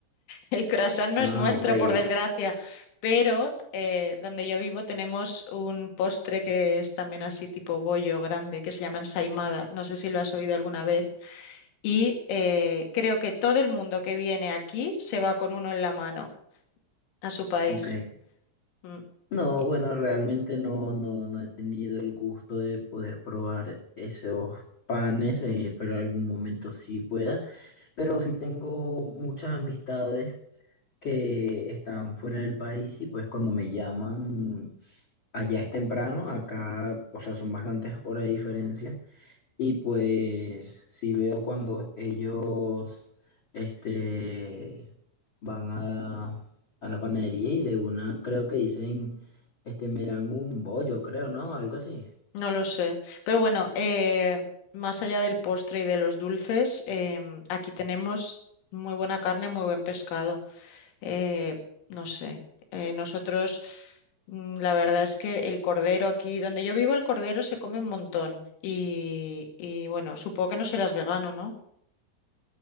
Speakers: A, on the left; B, on the left.
A: El croissant no
B: Ah,
A: es nuestro,
B: ok, Correcto.
A: por desgracia, pero eh, donde yo vivo tenemos un postre que es también así tipo bollo grande, que se llama ensaimada. No sé si lo has oído alguna vez. Y eh, creo que todo el mundo que viene aquí se va con uno en la mano a su país.
B: ok.
A: Mm,
B: No,
A: y-
B: bueno, realmente no, no, no he tenido el gusto de poder probar esos panes, eh, pero algún momento sí pueda. Pero sí tengo muchas amistades que están fuera del país y pues cuando me llaman allá es temprano, acá, o sea, son bastantes horas de diferencia. Y pues si veo cuando ellos este, van a, a la panadería y de una creo que dicen, este, me dan un bollo, creo, ¿no? Algo así.
A: No lo sé. Pero bueno, eh, más allá del postre y de los dulces, em, aquí tenemos muy buena carne, muy buen pescado. eh, no sé, eh, nosotros, mm, la verdad es que el cordero aquí, donde yo vivo, el cordero se come un montón. Y, y bueno, supongo que no serás vegano, ¿no?